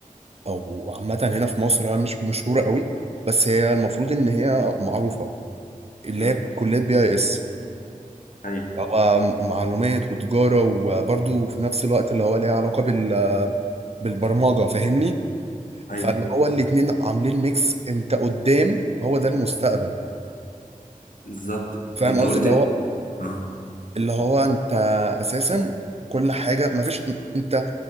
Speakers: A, on the right (about 45°); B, on the left (about 70°).
A: او عامه هنا في مصر هي مش مشهوره قوي بس هي المفروض ان هي معروفه اللي
B: مم.
A: هي كليه بي اي اس
B: ايوه
A: اللي هو معلومات وتجاره وبرده في نفس الوقت اللي هو ليها علاقه بال بالبرمجه فاهمني
B: ايوه
A: فاللي هو الاتنين عاملين ميكس انت قدام هو ده المستقبل
B: بالظبط
A: فاهم
B: انت
A: قصدي
B: قلت
A: اللي هو
B: اه
A: اللي هو انت اساسا كل حاجه مفيش انت